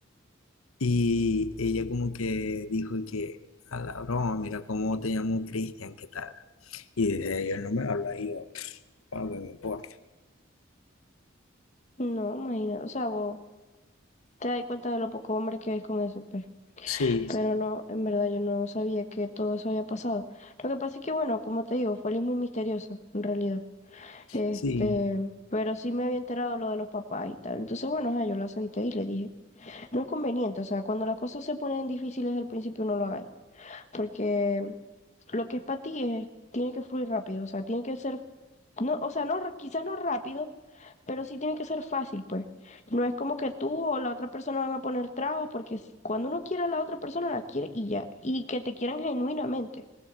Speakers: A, on the left (about 85°); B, on the left (about 35°).
A: Y ella como que dijo que, a la broma, mira cómo te llamo Cristian, ¿qué tal? Y desde ahí él no me habla, y yo, "Ah, no me importa.
B: No, imagina, o sea, vos te das cuenta de lo poco hombre que es con eso, pues.
A: Sí,
B: Pero
A: sí,
B: no, en verdad yo no sabía que todo eso había pasado. Lo que pasa es que, bueno, como te digo, fue muy misteriosa, en realidad. Este,
A: sí,
B: pero sí me había enterado lo de los papás y tal. Entonces, bueno, ajá, yo la senté y le dije, no es conveniente, o sea, cuando las cosas se ponen difíciles al principio no lo hagáis, porque lo que es para ti es, tiene que fluir rápido, o sea, tiene que ser, no, o sea, no, ra- quizás no rápido, pero sí tiene que ser fácil, pues. No es como que tú o la otra persona van a poner trabas, porque si- cuando uno quiere a la otra persona, la quiere y ya. Y que te quieran genuinamente.